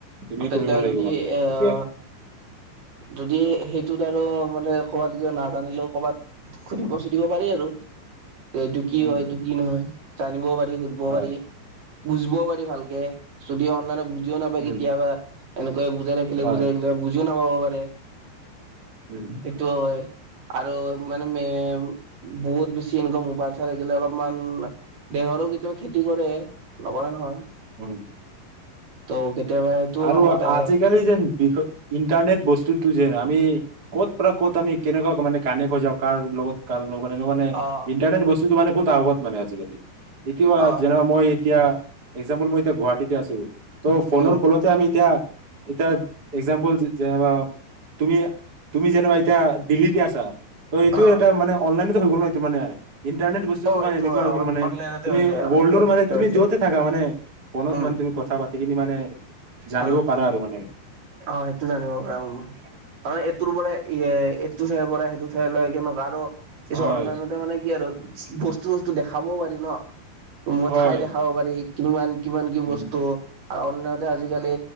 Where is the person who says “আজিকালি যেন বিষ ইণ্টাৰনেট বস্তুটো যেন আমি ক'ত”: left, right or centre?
Right